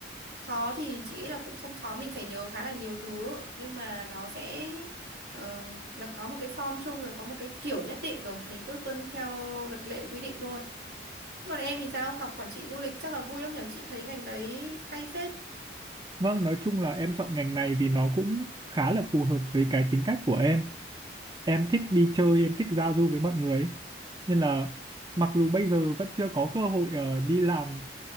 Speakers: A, on the right; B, on the right.
A: khó thì chị nghĩ là cũng không khó mình phải nhớ khá là nhiều thứ nhưng mà nó sẽ ờ, nó có một cái form chung rồi có một cái kiểu nhất định rồi mình cứ tuân theo luật lệ quy định thôi. Còn em thì sao? Học quản trị du lịch chắc là vui lắm nhỉ? Chị thấy ngành đấy hay phết.
B: vâng nói chung là em chọn ngành này vì nó cũng khá là phù hợp với cái tính cách của em em thích đi chơi em thích giao du với mọi người ấy. nên là mặc dù bây giờ vẫn chưa có cơ hội ờ, đi làm